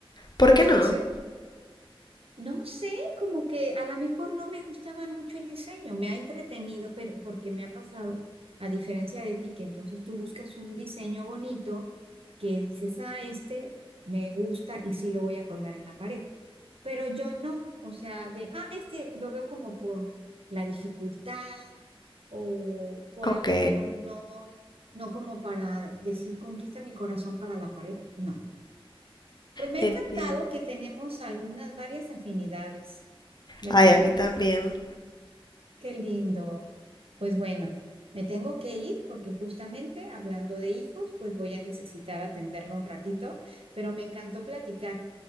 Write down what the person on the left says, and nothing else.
¿por
qué no?
Ok,
entiendo.
Ay, a mí también.